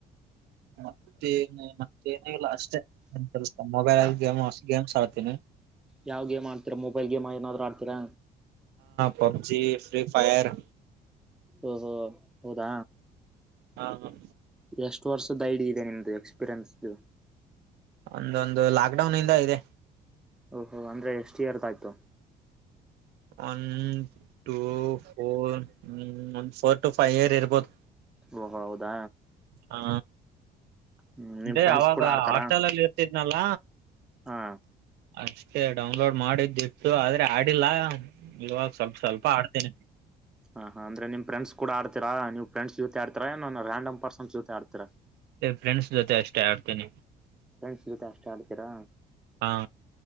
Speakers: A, on the right; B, in the centre.
A: ಮತ್ತೆ ಮತ್ತ ಏನಲ್ಲ ಅಷ್ಟೇ ಸ್ವಲ್ಪ ಮೊಬೈಲ್ಲ್ಲಿ ಗೇಮ್ ಗೇಮ್ಸ್ ಆಡ್ತೀನಿ
B: ಯಾವ ಗೇಮ್ ಆಡ್ತೀ ಮೊಬೈಲ್ ಗೇಮ ಏನಾದರು ಆಡತೀರಾ
A: ಪಬ್ಜಿ ಫ್ರೀ ಫೈಯರ್
B: ಓಹೋ ಹೌದಾ
A: ಹಾ ಹ
B: ಎಷ್ಟು ವರ್ಷದ ಐಡಿ ಇದೆ ನಿಮ್ದು ಎಕ್ಸ್ಪೀರಿಯನ್ಸ್ದು
A: ಒಂದೊಂದು ಲಾಕ್ಡೌನ್ ಇಂದ ಇದೆ
B: ಓಹೋ ಅಂದ್ರೆ ಎಷ್ಟು ಇಯರ್ದ ಆಯ್ತು
A: ಒನ್ ಟೂ ಫೋರ್ ಒಂದು ಫೋರ್ ಟು ಫೈವ್ ಇಯರ್ ಇರ್ಬೋದು..
B: ಓಹೋ ಹೌದಾ.
A: ಹಾ
B: ಹ್ಮ್ ನಿಮ್
A: ಲೇ
B: ಫ್ರೆಂಡ್ಸ್
A: ಆವಾಗ
B: ಕೂಡ ಆಡ್ತಾರಾ
A: ಹಾಸ್ಟೆಲಲ್ಲಿ ಇರ್ತಿದ್ನಲ್ಲ.
B: ಹಾ.
A: ಅಷ್ಟೇ ಡೌನ್ಲೋಡ್ ಮಾಡಿದ್ದಿತ್ತು ಆದ್ರೆ ಹಾಡಿಲ್ಲ ಇವಾಗ ಸ್ವಲ್ಪ ಸ್ವಲ್ಪ ಹಾಡ್ತೇನೆ.
B: ಹಾ ಹಾ ಅಂದ್ರೆ ನಿಮ ಫ್ರಂಡ್ಸ್ ಕೂಡ ಹಾಡ್ತೀರಾ ನೀವ್ ಫ್ರೆಂಡಸ್ ಜೊತೆ ಏನು ರಾಂಡಂ ಪರ್ಸನ್ಸ್ ಜೊತೆ ಹಾಡ್ತರಾ.
A: ಎ ಫ್ರೆಂಡ್ಸ್ ಜೊತೆ ಅಷ್ಟೇ ಹಾಡ್ತಿನಿ.
B: ಫ್ರೆಂಡ್ಸ್ ಜೊತೆ ಅಷ್ಟೇ ಹಾಡ್ತೀರಾ
A: ಹಾ